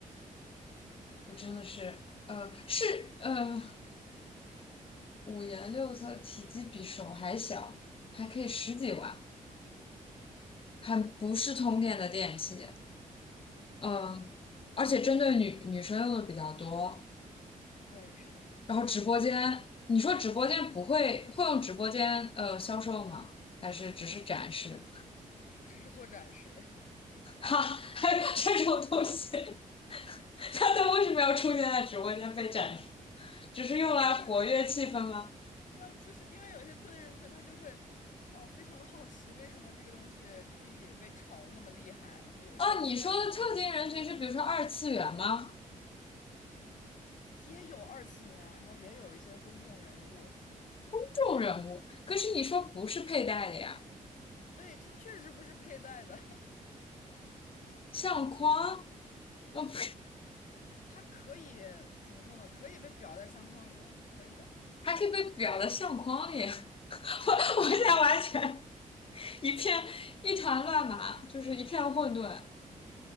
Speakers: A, on the left; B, on the left.
A: 我真的是，呃，是呃，五颜六色，体积比手还小，还可以十几万，还不是通电的电器，嗯、而且针对女女生用的比较多。
B: 对，是的，
A: 然后直播间，你说直播间不会会用直播间呃销售吗？还是只是展示？
B: 只是做展示，
A: <laughs> 哈，还有这种东西。<laughs> 他都为什么要出现在直播间被展示？只是用来活跃气氛吗？
B: <laughs> 因为有一个，就是因为有一些特定人群，他就会，哦、非常的好奇，为什么这个东西可以被炒的那么厉害，然后有些可以卖的，
A: 哦，你说的特定人群是比如说二次元吗？
B: 也有二次元，然后也有一些公众人物，
A: 这种人物，可是你说不是佩戴的呀，
B: 对，它确实不是佩戴的，
A: 相框，哦不
B: <laughs> 它可以怎么说呢？可以被裱在相框里面，可以的。
A: 还可以被裱在相框里。<laughs> 我我现在完全一片一团乱麻，就是一片混沌。